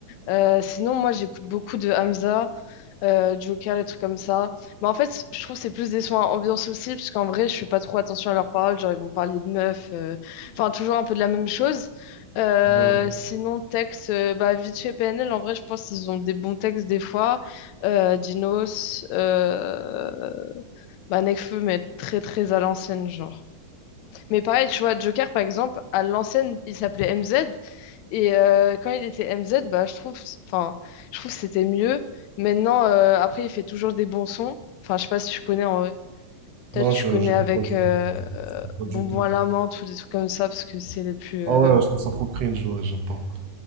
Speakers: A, on the left; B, on the right.
A: Euh, sinon, moi, j'écoute beaucoup de Hamza, euh, Joker, les trucs comme ça. Mais en fait, je trouve que c'est plus des sons à ambiance aussi, parce qu'en vrai, je fais pas trop attention à leurs paroles. Genre, ils vont parler de meufs, euh, enfin, toujours un peu de la même chose. Euh,
B: ouais.
A: sinon, texte, euh, bah, vite fait PNL, en vrai, je pense qu'ils ont des bons textes des fois. Euh, Dinos, euh, bah, Nekfeu, mais très très à l'ancienne, genre. Mais pareil, tu vois, Joker, par exemple, à l'ancienne, il s'appelait MZ. Et euh, quand il était MZ, bah, je trouve, enfin, je trouve que c'était mieux. Maintenant, euh, après, il fait toujours des bons sons. Enfin, je sais pas si tu connais en vrai. Peut-être
B: Non,
A: tu
B: je,
A: connais
B: j'écoute
A: avec
B: pas du
A: euh,
B: tout. J'écoute
A: euh,
B: pas
A: Bonbon
B: du tout.
A: à la menthe ou des trucs comme ça, parce que c'est les plus. euh,
B: Ah ouais, je trouve ça trop cringe, ouais, j'aime pas.